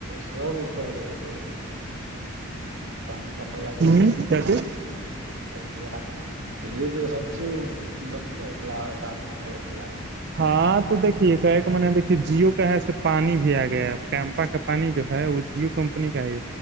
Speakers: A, on the right; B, on the right.
A: سب کرارد گادے پنکھا ل
B: ہ کیا چیز
A: گ دھیرے دھیرے سب چیز مطلب اپنا
B: ہاں تو دیکھیے ایک م دیکے جیو کا ہےے پانی بھی آ گیا ہے ا کیمپا کا پانی جو ہے وہ جیو کمپنی کا ہے